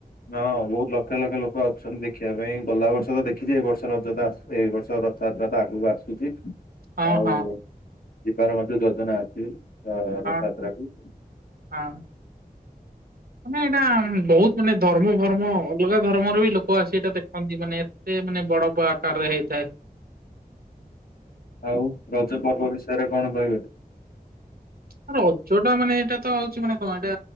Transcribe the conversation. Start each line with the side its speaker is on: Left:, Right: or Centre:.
Left: ହ ବହୁତ ଲକ୍ଷ ଲକ୍ଷ ଲୋକ ଆସୁଛନ୍ତି ଦେଖିବା ପାଇଁ ଗଲା ବର୍ଷ ତ ଦେଖିଛି ଏଇ ବର୍ଷ ରଜତା ଏଇ ବର୍ଷ ରଥଯାତ୍ରା ତ ଆଗକୁ ଆସୁଛି
Right: ହଁ
Left: ଆଉ
Right: ହଁ
Left: ଯିବାର ମଧ୍ୟ ଯୋଜନା ଅଛି। ଅ
Right: ହଁ
Left: ରଥଯାତ୍ରା କୁ।
Right: ହଁ ମାନେ ଏଇଟା ବହୁତ ମାନେ ଧର୍ମ ଧର୍ମ ଅଲଗା ଧର୍ମ ର ବି ଲୋକ ଆସି ଏଇଟା ଦେଖନ୍ତି ମାନେ ଏତେ ମାନେ ବଡ ଆକାରରେ ହେଇଥାଏ।
Left: ଆଉ ରଜ ପର୍ବ ବିଷୟରେ କଣ କହିବେ?
Right: ଆ ରଜ ଟା ମାନେ ଏଇଟା ତ ହଉଛି ମାନେ କଣ ଏଇଟା